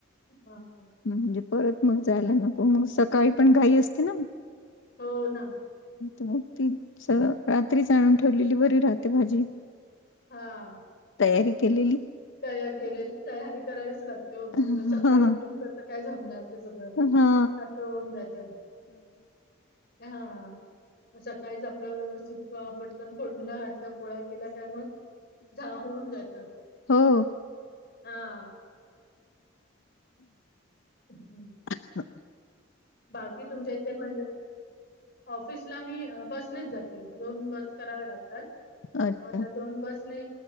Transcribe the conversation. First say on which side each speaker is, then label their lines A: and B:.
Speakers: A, on the left; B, on the left.
A: हा हा.
B: म्हणजे परत मग जायला नको. मग सकाळी पण घाई असते ना?
A: हो ना
B: मग ती सरळ रात्रीच आणून ठेवलेली बरी राहते भाजी.
A: हा.
B: तयारी केलेली.
A: तयार करेल. तयारी करावीच लागते हो. नाही
B: हा
A: तर सकाळी उठून- काय जमणार ते सगळं?
B: हा
A: असं होऊन जात. हा. सकाळीच आपला व्यवस्थित पटकन फोडणीला घातल. पोळ्या केल्या काय मग- <unintelligible> होऊन जात.
B: हो.
A: हा. हम्म.
B: ह
A: बाकी तुमच्या इथे म्हणजे- ऑफिसला मी बसनेच जाते. दोन बस कराव्या लागतात.
B: अच्छा
A: म त्या दोन बस- मि,